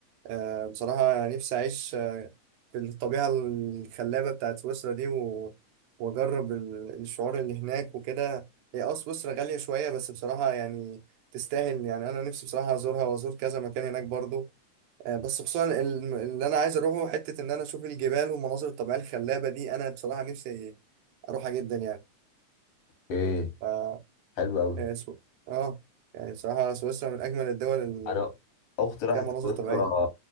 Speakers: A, on the right; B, on the left.
A: آه، بصراحة نفسي اعيش آه، في الطبيعة الخلابة بتاعت سويسرا دي و... واجرب ال- الشعور اللي هناك وكده هي اه سويسرا غالية شوية بس بصراحة يعني تستاهل يعني انا نفسي بصراحة ازورها وازور كذا مكان هناك برضو آه، بس خصوصا ال- اللي انا عايز اروحه حتة ان انا اشوف الجبال والمناظر الطبيعية الخلابة دي انا بصراحة نفسي اروحها جدا
B: ايه
A: يعني
B: حلو قوي
A: آه، سو... اه يعني صراحة سويسرا من أجمل الدول اللي
B: انا اختي راحت
A: فيها مناظر
B: سويسرا
A: طبيعية